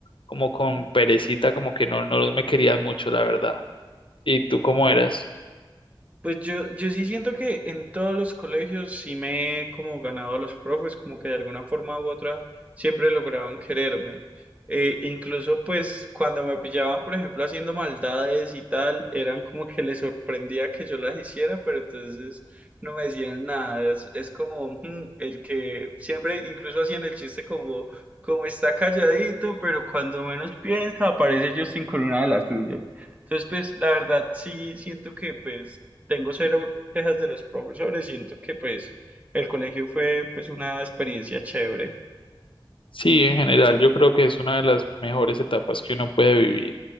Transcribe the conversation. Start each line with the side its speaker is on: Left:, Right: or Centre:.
Left: como con perecita, como que no, no los me querían mucho, la verdad. ¿Y tú cómo eras?
Right: Pues yo, yo sí siento que en todos los colegios sí me he como ganado a los profes, como que de alguna forma u otra siempre lograban quererme. Eh, incluso pues cuando me pillaban, por ejemplo, haciendo maldades y tal, eran como que les sorprendía que yo las hiciera, pero entonces no me decían nada. Es, es como mm, el que siempre incluso hacían el chiste como, como está calladito, pero cuando menos piensa aparece Justin con una de las suyas. Entonces, pues, la verdad, sí siento que, pues, tengo cero quejas de los profesores, siento que pues el colegio fue pues una experiencia chévere.
Left: Sí, en general, yo creo que es una de las mejores etapas que uno puede vivir.